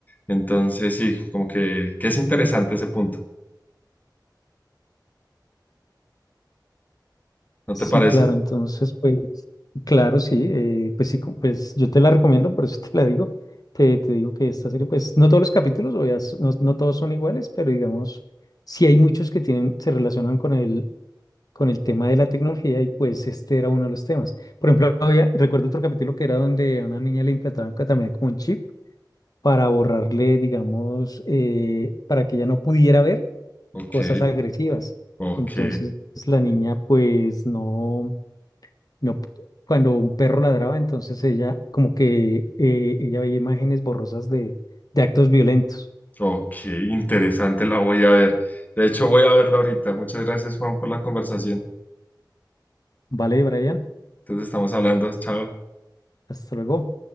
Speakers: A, on the left; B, on the left.
A: Entonces sí, como que, que es interesante ese punto, ¿no
B: Sí,
A: te parece?
B: claro, entonces, pues, claro, sí, eh, pues sí, co- pues yo te la recomiendo, por eso te la digo. Te, te digo que esta serie, pues, no todos los capítulos, o ya s- no, no todos son iguales, pero digamos, sí hay muchos que tienen, se relacionan con el, con el tema de la tecnología y pues este era uno de los temas. Por ejemplo, había, recuerdo otro capítulo que era donde a una niña le implantaban ca- también como un chip para borrarle, digamos, eh, para que ella no pudiera ver
A: Ok,
B: cosas agresivas.
A: ok,
B: Entonces, la niña, pues, no. No, p- cuando un perro ladraba, entonces ella, como que eh, ella veía imágenes borrosas de, de actos violentos.
A: ok, interesante, la voy a ver. De hecho, voy a verla ahorita. Muchas gracias, Juan, por la conversación.
B: Vale, Brian,
A: Entonces estamos hablando, chao.
B: hasta luego.